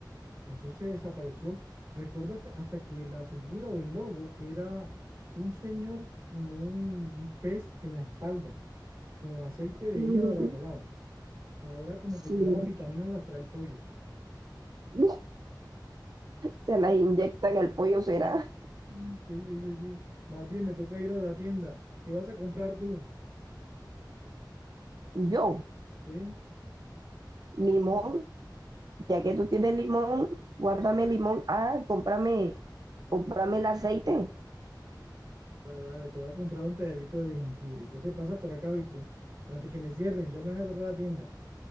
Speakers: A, on the right (about 35°); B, on the right (about 55°).
A: Eso se desapareció. Recuerdo que- hasta que la figura o el logo era un señor con un un pez en la espalda, como aceite de
B: Mm,
A: hígado de bacalao. Ahora como
B: sí.
A: que todas las vitaminas las trae el pollo.
B: <laughs> se las inyecta en el pollo, será
A: Mm, Sí, sí, sí, sí. Más bien me toca ir a la tienda. ¿Qué vas a comprar tú?
B: yo,
A: Sí.
B: limón, ya que tú tienes limón, guárdame limón, ah, cómprame, cómprame el aceite.
A: Pues dale, te voy a comprar un pedacito de jengibre. Entonces pasa por acá, ¿viste? Antes que me cierren, ya me van a cerrar la tienda.